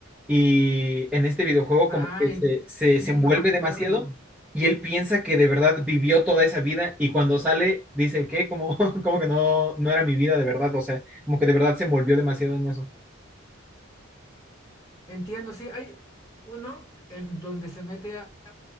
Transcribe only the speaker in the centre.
y en este videojuego
como que se, se desenvuelve
demasiado y él piensa que de verdad vivió toda esa vida y cuando sale dice que como, <laughs> como que no, no era mi vida de verdad, o sea, como que de verdad se envolvió demasiado en eso.